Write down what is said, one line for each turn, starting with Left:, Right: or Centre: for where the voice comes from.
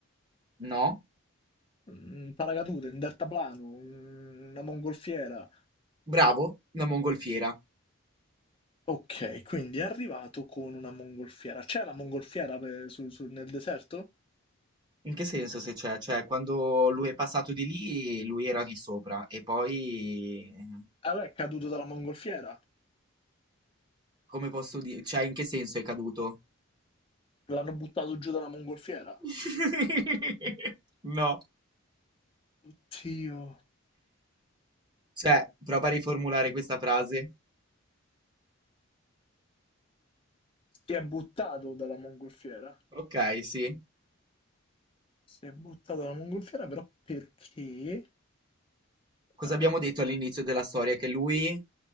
Right: No,
Left: un paracadute, un deltaplano, un- una mongolfiera.
Right: bravo, una mongolfiera.
Left: Ok, quindi è arrivato con una mongolfiera. C'è la mongolfiera per- su- su- nel deserto?
Right: In che senso se c'è? Cioè, quando lui è passato di lì, lui era lì sopra e poi... eh,
Left: Ah, beh, è caduto dalla mongolfiera.
Right: Come posso dire? Cioè, in che senso è caduto?
Left: L'hanno buttato giù dalla mongolfiera.
Right: <laughs> No,
Left: Oddio.
Right: cioè, prova a riformulare questa frase.
Left: Si è buttato dalla mongolfiera.
Right: Ok, sì.
Left: Si è buttato dalla mongolfiera, però perché?
Right: Cosa
Left: Ah,
Right: abbiamo detto all'inizio della storia? Che lui